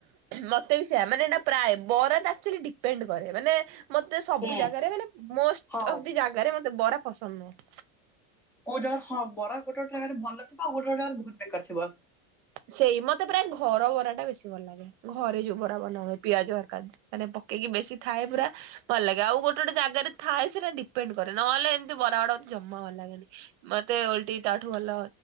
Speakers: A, on the right; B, in the centre.
A: ମତେ ବିଷୟ ମାନେ ଏଇଟା ପ୍ରାୟ ବରାଚୁଆଲି ଡିପେଣ୍ଡ କରେ ମାନେ ମତେ ସବୁ
B: ହୁଁ
A: ଜାଗାରେ ମାନେ ମୋଷ୍ଟ
B: ହଁ।
A: ଅଫ ଦି ଜାଗାରେ ମତେ ବରା ପସନ୍ଦ ନୁହଁ।
B: କୋଉ ଜାଗାରେ ହଁ ବରା ଗୋଟେ ଗୋଟେ ଜାଗାରେ ଭଲ ଥିବ ଆଉ ଗୋଟେ ଗୋେ ଜାଗାରେ ବହୁତ ବେକାର ଥିବ।
A: ସେଇ ମତେ ପ୍ରାୟ ଘର ବରା ଟା ବେଶୀ ଭଲ ଲାଗେ। ଘରେ ଯୋଉ ବରା ବନା ହୁଏ ପିଆଜ <unintelligible> ମାନେ ପକେଇକି ବେଶୀ ଥାଏ ପୁରା। ଭଲ ଲାଗେ ଆଉ ଗୋଟେ ଗୋଟେ ଜାଗାରେ ଥାଏ ସେଟା ଡିପେଣ୍ଡ କରେ ନହେଲେ ଏମିତି ବରା ଗୁଡା ଜମା ଭଲ ଲାଗେନି। ମତେ ଓଲଟି ତାଠୁ ଭଲ